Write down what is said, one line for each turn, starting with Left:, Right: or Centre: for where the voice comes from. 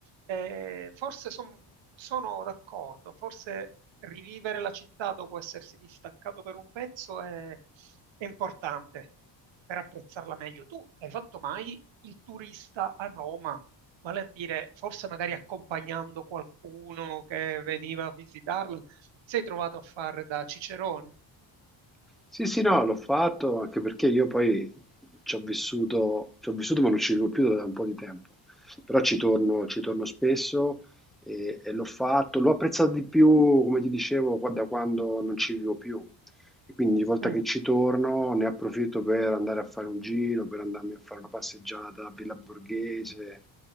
Right: eh, forse son- sono d'accordo, forse rivivere la città dopo essersi distaccato per un pezzo è, è importante per apprezzarla meglio. Tu hai fatto mai il turista a Roma? vale a dire forse magari accompagnando qualcuno che veniva a visitarla, sei trovato a fare da cicerone.
Centre: Sì, sì, no, l'ho fatto anche perché io poi ci ho vissuto, ci ho vissuto ma non ci vivo più da un po' di tempo, però ci torno, ci torno spesso e, e l'ho fatto, l'ho apprezzato di più, come ti dicevo, qua- da quando non ci vivo più e quindi ogni volta
Right: Mm.
Centre: che ci torno ne approfitto per andare a fare un giro, per andarmi a fare una passeggiata a Villa Borghese,